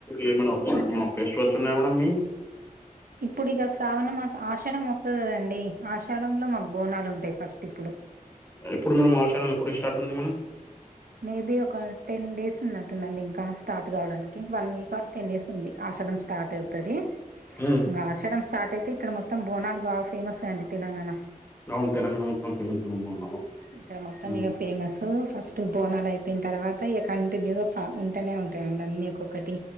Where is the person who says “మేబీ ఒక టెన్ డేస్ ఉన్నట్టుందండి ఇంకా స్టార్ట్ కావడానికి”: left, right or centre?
Right